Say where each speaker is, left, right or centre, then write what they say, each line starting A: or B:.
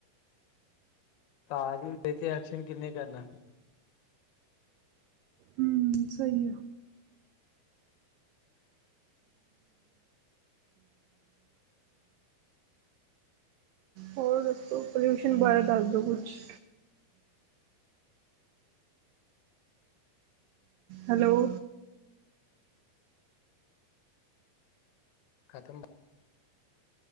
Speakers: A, on the left; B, on the right.
A: ਸਰਕਾਰ ਤਾਂ ਤੇ ਐਕਸ਼ਨ ਕਿੰਨੇ ਕਰਨਾ।
B: ਹਮ ਸਹੀ ਹੈ। ਹੋਰ ਦੱਸੋ, ਪੋਲਿਊਸ਼ਨ ਬਾਰੇ ਦਾਸਦੋ ਕੁਛ। ਹੈਲੋ।
A: ਖਤਮ।